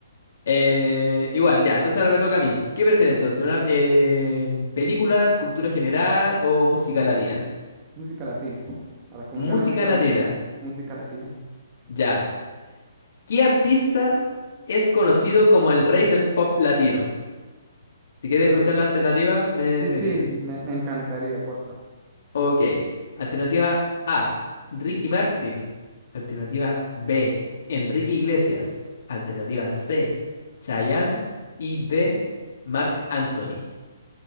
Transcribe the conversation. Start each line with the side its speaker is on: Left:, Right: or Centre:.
Left: Eh, igual, ya, entonces ahora me toca a mí. ¿Qué prefieres entonces? Una, eh, ¿películas, cultura general o música latina?
Right: Música latina. Para comenzar
Left: Música
Right: me gusta
Left: latina,
Right: la mu- música latina.
Left: ya. ¿Qué artista es conocido como el rey del pop latino? Si quieres
Right: Hay
Left: escuchar
Right: otros.
Left: la alternativa, me,
Right: Sí,
Left: me
Right: sí,
Left: dices.
Right: me, me encantaría, porfa.
Left: Ok, alternativa A, Ricky Martin. Alternativa B, Enrique Iglesias. Alternativa C, Chayanne. Y D, Marc Anthony.